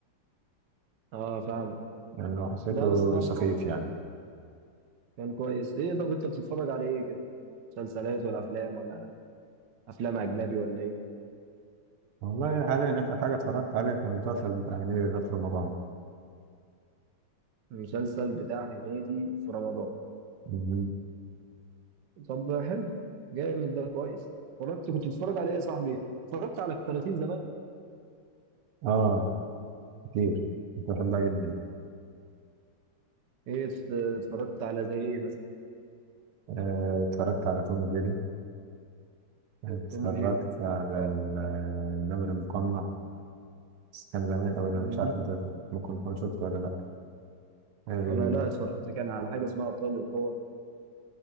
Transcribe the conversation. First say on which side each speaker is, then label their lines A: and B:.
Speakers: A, on the right; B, on the right.
A: اه فاهمك
B: لانه حسيته
A: ده بس برضه
B: سخيف يعني
A: كان كويس ايه طب انت بتتفرج على ايه كده مسلسلات ولا افلام ولا افلام اجنبي ولا ايه
B: والله حاليا آخر حاجة اتفرجت عليها كان المسلسل بتاع هنيدي ده في رمضان
A: المسلسل بتاع هنيدي في رمضان
B: مهم.
A: طب حلو جامد ده كويس اتفرجت كنت بتتفرج على ايه يا صاحبي اتفرجت على الكراتين زمان
B: آه كتير كنت بحبها جدا
A: ايه ات- اتفرجت على زي ايه مثلا
B: آه، اتفرجت على توم وجيري اتفرجت
A: توم وجيري
B: على
A: اه
B: ال- النمر المقنع بس كان زمان أوي ده
A: مم.
B: مش عارف أنت ممكن تكون شفته ولا لأ ال...
A: انا لا اتفرجت كان على حاجة اسمها ابطال القوة